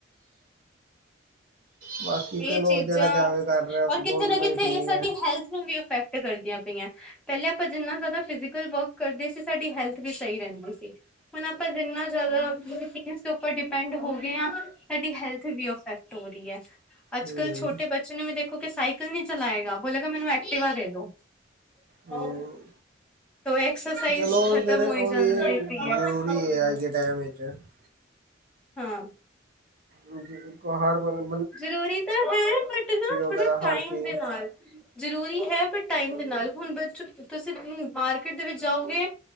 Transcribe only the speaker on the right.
ਬਾਕੀ
ਚਲੋ
ਜਿਹੜਾ ਜਾਵੇ ਕਰ ਰਿਹਾ
ਦੋਨੋਂ
ਹੀ ਠੀਕ
ਹੈ
ਹਮ
ਹਮ
ਚਲੋ
ਫੇਰ
ਉਹ
ਵੀ ਜ਼ਰੂਰੀ
ਹੈ ਅੱਜ <unintelligible>
ਰੁ ਬੀ ਜਿਨ ਕੋ ਹਰ ਵਗਲ
ਵਗੈਰਾ ਹਰ
ਚੀਜ਼